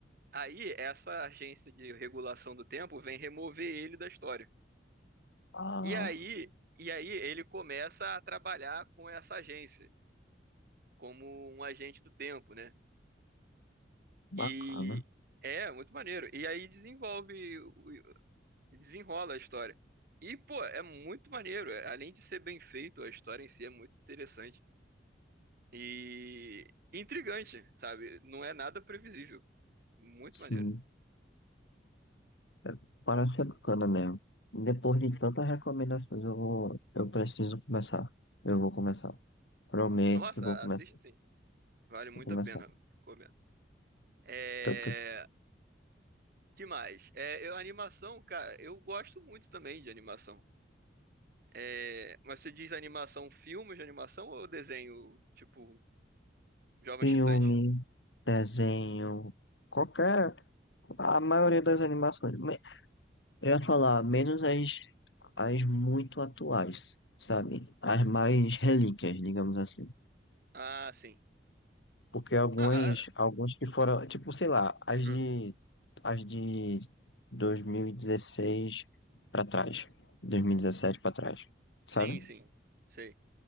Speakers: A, on the right (about 55°); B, on the left (about 90°).
A: Aí, essa agência de regulação do tempo vem remover ele da história.
B: Ah,
A: E aí, e aí ele começa a trabalhar com essa agência, como um agente do tempo, né?
B: bacana.
A: E é muito maneiro. E aí desenvolve o- E desenrola a história. E, pô, é muito maneiro. é- Além de ser bem feito, a história em si é muito interessante. E intrigante, sabe? Não é nada previsível. Muito
B: Sim,
A: maneiro.
B: é, parece ser bacana mesmo. Depois de tantas recomendações, eu vou, eu preciso começar. Eu vou começar. Prometo
A: Nossa,
B: que vou começar.
A: assiste sim. Vale muito
B: Vou começar.
A: a pena. Recomendo. É...
B: Tanto
A: Que mais? É, eu, animação, cara, eu gosto muito também de animação. É... Mas você diz animação, filmes de animação ou desenho, tipo, Jovens
B: filme,
A: Titãs?
B: desenho, qualquer. A maioria das animações. Me- Eu ia falar, menos as, as muito atuais, sabe? As mais relíquias, digamos assim.
A: Ah, sim.
B: Porque algumas,
A: Ah, ah,
B: alguns que foram, tipo, sei lá, as de,
A: ah.
B: as de 2016 pra trás, 2017 pra trás,
A: <clears throat>
B: sabe?
A: sim, sim. Sei.